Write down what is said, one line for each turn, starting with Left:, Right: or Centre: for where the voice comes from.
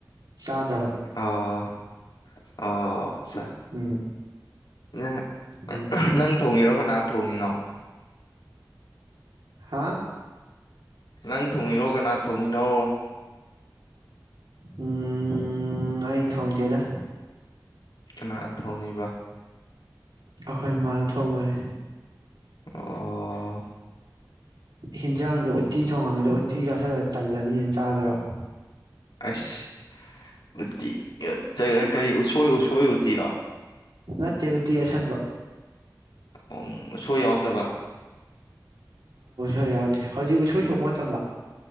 Right: ꯆꯥꯗꯕ
Left: ꯑꯥ ꯑꯥ ꯆꯥ
Right: ꯎꯝ
Left: ꯅ
Right: ꯎꯝ
Left: ꯅꯪ ꯊꯣꯡꯉꯤꯔꯣ ꯀꯅꯥ ꯊꯣꯡꯉꯤꯅꯣ
Right: ꯍꯥ
Left: ꯅꯪ ꯊꯣꯡꯉꯤꯔꯣ ꯀꯅꯥ ꯊꯣꯡꯉꯤꯅꯣ
Right: ꯎꯝ ꯑꯩ ꯊꯣꯡꯗꯦꯗ
Left: ꯀꯅꯥꯅ ꯊꯣꯡꯉꯤꯕ
Right: ꯑꯩꯈꯣꯏ ꯃꯥꯅ ꯊꯣꯡꯕꯅꯦ
Left: ꯑꯣ
Right: ꯍꯦꯟꯖꯥꯡꯗꯣ ꯎꯠꯇꯤ ꯊꯣꯡꯉꯝꯃꯦꯗꯣ ꯎꯠꯇꯤ ꯆꯥꯁꯜꯂ ꯇꯜꯂꯅꯤꯅ ꯆꯥꯗ꯭ꯔꯕ
Left: ꯑꯁ ꯎꯠꯇꯤ ꯌ ꯆ ꯀꯩꯌꯩ ꯎꯋꯣꯏ ꯎꯁꯣꯏ ꯇꯤꯔꯣ
Right: ꯅꯠꯇꯦ ꯎꯇꯤ ꯑꯁꯪꯕ
Left: ꯎꯝ ꯎꯁꯣꯏ ꯌꯥꯎꯗꯕ
Right: ꯑ ꯌꯥꯔꯗꯤ ꯍꯧꯖꯤꯛ ꯎꯁꯣꯏ ꯊꯣꯛꯄ ꯃꯇꯝꯂꯣ